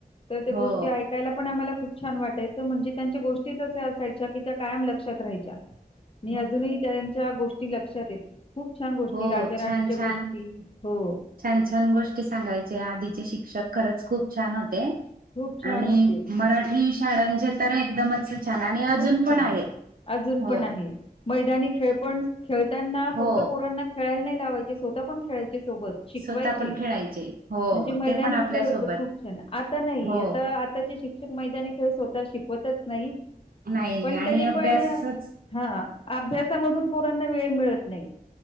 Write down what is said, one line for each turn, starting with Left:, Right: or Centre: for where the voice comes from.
Left: तर ते
Right: हो
Left: गोष्टी ऐक कायला पण आम्हाला खूप छान वाटायचं म्हणजे त्यांच्या गोष्टीच असे असायच्या कि त्या कायम लक्षात राहायच्या.
Right: <unintelligible>
Left: मी अजूनही त्यांच्या गोष्टी लक्षात येत खूप छान गोष्टी
Right: हो
Left: राजा राणीच्या
Right: छान
Left: गोष्टी.
Right: छान
Left: हो.
Right: छान छान गोष्टी सांगायचे आदीचे शिक्षक खरंच खूप छान होते.
Left: खूप छान
Right: आणि
Left: होते
Right: मराठी शाळांचे एकदमच छान आणि
Left: खूप
Right: अजून पण
Left: छान.
Right: आहे.
Left: अजून
Right: हो
Left: पण आहे मैदानी खेळ पण खेळतांना
Right: हो
Left: फक्त पोरांना खेळायला नाय लावायचे स्वतः पण खेळायचे सोबत. शिकवायचे
Right: स्वतः पण खेळायचे हो
Left: म्हणजे मैदानी
Right: ते पण आपल्यासोबत
Left: खेळ होतो खूप छान आता नाही
Right: हो
Left: आता आ ताचे शिक्षक मैदानी खेळ स्वतः शिकवतच नाही.
Right: नाही
Left: पण
Right: आणि
Left: तरी
Right: अभ्यासच
Left: पण हा अभ्यासामधून पोरांना वेळ मिळत नाही.